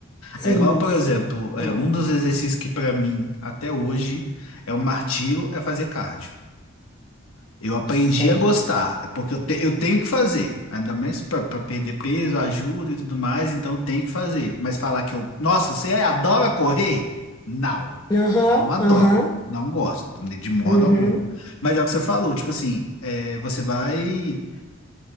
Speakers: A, on the left; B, on the left.
A: sim,
B: É igual, por
A: sim,
B: exemplo, é, um dos exercícios que pra mim, até hoje, é um martírio, é fazer cardio. Eu aprendi
A: certo.
B: a gostar, porque eu, te- eu tenho que fazer, ainda mais para perder peso, ajuda e tudo mais, então eu tenho que fazer. Mas falar que eu, nossa, você adora correr? Não,
A: Aham,
B: eu não adoro,
A: aham,
B: não gosto, de de modo
A: uhum.
B: algum. Mas é o que você falou, tipo assim, é, você vai,